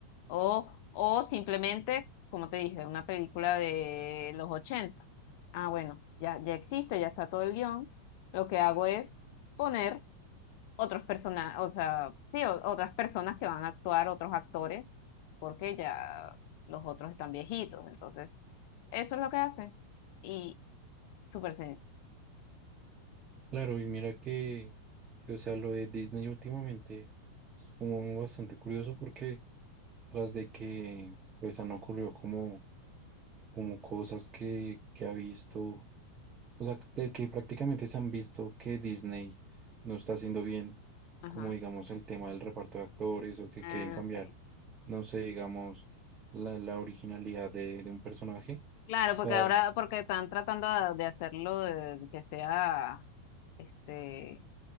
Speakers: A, on the left (about 45°); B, on the right (about 25°).
A: O, o simplemente, como te dije, una película de los ochenta Ah, bueno, ya, ya existe, ya está todo el guión. Lo que hago es poner otros personajes, o sea, sí, o- otras personas que van a actuar, otros actores, porque ya los otros están viejitos. Entonces, eso es lo que hacen. Y súper sencillo.
B: Claro, y mira que, que, o sea, lo de Disney últimamente es como bastante curioso porque tras de que pues han ocurrido como, como cosas que, que ha visto, o sea, que, que prácticamente se han visto que Disney no está haciendo bien,
A: Ajá.
B: como digamos el tema del reparto de actores o que
A: Ah,
B: quieren cambiar,
A: sí.
B: no sé, digamos, la, la originalidad de, de un personaje.
A: Claro,
B: O
A: porque
B: sea,
A: ahora, porque están tratando de hacerlo de, que sea este